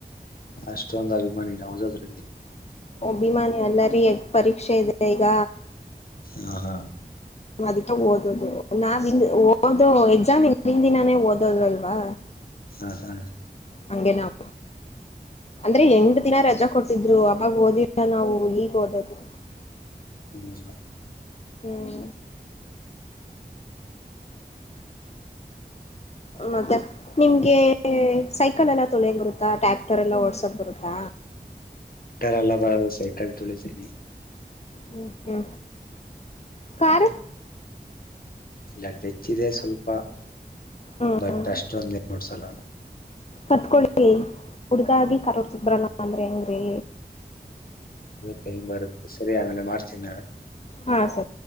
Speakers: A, on the left; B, on the left.
A: ಅಷ್ಟೊಂದ್ ಅಭಿಮಾನಿ ನೌದದ್ರಲ್ಲಿ
B: ಅಭಿಮಾನಿ ಎಲ್ಲ ರೀ ಪರೀಕ್ಷೆ ಇದೆ ಈಗ
A: ಹಾ ಹಾ
B: ಅದಕ್ಕೆ ಓದದು ನಾವ ಓದು ಎಕ್ಸಾಮ್ ಇ ಹಿಂದ ದಿನಾನೇ ಓದದಲ್ವಾ?
A: ಹಾ ಹಾ
B: ಹಂಗೆ ನಾವು ಅಂದ್ರೆ ಎಂಟ ದಿನ ರಜಾ ಕೊಟ್ಟಿದ್ರು ಆಬ್ಾಗ ಓದಿಲ್ಲ ನಾವು ಈಗ್ ಓದದು
A: ಇ ಸ
B: ಹ್ಮ್ ಮತ್ತ ನಿಮ್ಗೆ ಸೈಕಲ್ ಎಲ್ಲ ತೊಳಿಯಕ್ ಬರುತ್ತಾ ಟ್ಯಾಕ್ಟರ್ ಎಲ್ಲಾ ಓಡ್ಸಕ್ ಬರುತ್ತಾ.
A: ಕರಲ್ಲ ಬರಸ ಕ ತೊಳಸನ
B: ಹ್ಮ ಕಾರ
A: ಇಲ್ಲಟೆಚ್ಚಿದೆ ಸ್ವಲ್ಪ.
B: ಹ್ಮ್
A: ಬಟ್ ಅಷ್ಟೊಂದು ನೀ ನೋಡ್ಸಲ್ಲ.
B: ಕತ್ಕೊಳ್ಳಿ ಹುಡುಗಾಗಿ ಕರೋರ್ಸಬ್ರಲ್ಲ ಅಂದ್ರ ಏಂಗ್ರೀ?
A: ಟ ಮಾಡಾರ ಮೇಲೆ ಮಾಡಾರಸ ನ?
B: ಹಾ ಸರಿ